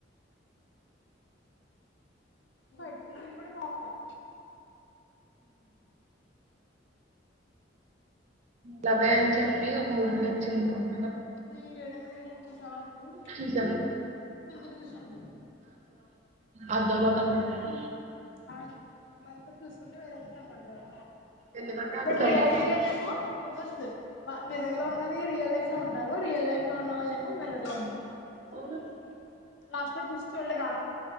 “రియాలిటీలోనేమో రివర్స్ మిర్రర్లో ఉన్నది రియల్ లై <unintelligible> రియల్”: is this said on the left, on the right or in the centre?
Left